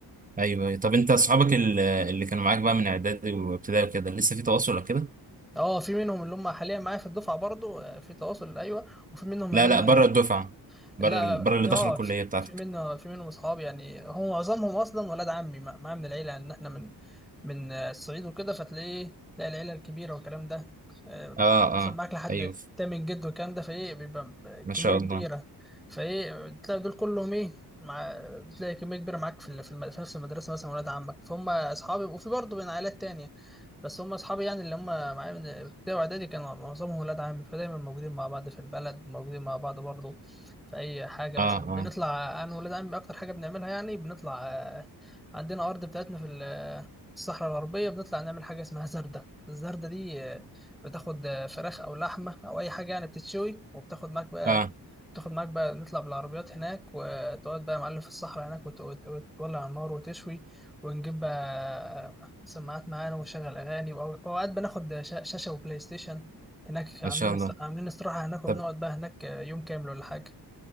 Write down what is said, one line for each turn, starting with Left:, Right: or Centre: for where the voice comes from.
Right: ايوه أيوة. طب انت اصحابك ال- اللي كانوا معاك بقى من اعدادي وابتدائي وكده لسه في تواصل ولا كده؟
Centre: اه في منهم اللي هم حاليا معايا في الدفعة برضه آه، في تواصل أيوه وفي منهم
Right: لا
Centre: اللي هم
Right: لا بره الدفعة بره
Centre: لا
Right: بره اللي دخلوا
Centre: اه
Right: الكلية بتاعتك
Centre: في منه في منهم اصحاب يعني هو معظمهم اصلا ولاد عمي مع مع من العيله ان احنا من من الصعيد وكده فتلاقيه تلاقي العيله الكبيره والكلام ده آه،
Right: اه
Centre: بتصل
Right: اه
Centre: معاك لحد
Right: ايوه
Centre: تامن جد والكلام ده فايه بيبقى
Right: ما
Centre: كميه
Right: شاء
Centre: كبيره
Right: الله
Centre: فايه تلاقي دول كلهم ايه مع بتلاقي كميه كبيره معاك في ال- في, الم- في نفس المدرسه مثلا ولاد عمك فهم اصحابي وفي برضه بين عائلات تانية بس هم اصحابي يعني اللي هم معايا من ابتدائي واعدادي كانوا معظمهم ولاد عمي فدايما موجودين مع بعض في البلد موجودين مع بعض برضه في اي حاجه مثلا
Right: اه
Centre: بنطلع
Right: اه
Centre: انا وولاد عمي اكتر حاجه بنعملها يعني بنطلع آه، عندنا ارض بتاعتنا في ال- آه، الصحراء الغربيه بنطلع نعمل حاجه اسمها زردة الزردة دي آه، بتاخد آه، فراخ او لحمه او اي حاجه يعني بتتشوي وبتاخد معاك بقى
Right: اه
Centre: تاخد معاك بقى نطلع بالعربيات هناك وتقعد بقى يا معلم في الصحراء هناك وت- وت- وتولع على النار وتشوي ونجيب بقى آه، سماعات معانا ونشغل اغاني وأو- واوقات بناخد شا- شاشه وبلاي ستيشن هناك عاملين
Right: ما شاء
Centre: است-
Right: الله
Centre: عاملين استراحه هناك وبنقعد
Right: طب
Centre: بقى هناك آه، يوم كامل ولا حاجه